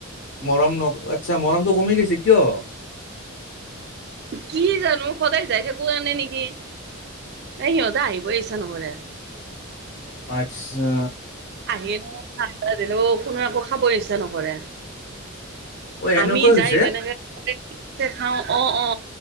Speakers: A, on the left (about 50°); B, on the right (about 50°).
A: মৰম নক আচ্ছা মৰমটো কমি গৈছি, কিয়?
B: কি জানো সদায় যাই থাকো কাৰনে নেকি। এই সিহঁতে আহিবই ইচ্ছা নকৰে।
A: অ আচ্ছা।
B: <unintelligible> ঠাণ্ডা দিলেও কোনো একো খাব ইচ্ছা নকৰে।
A: অ এনেকুৱাই
B: আমি যাই
A: হৈছে
B: যেনেকে <unintelligible> খাওঁ, অ অ।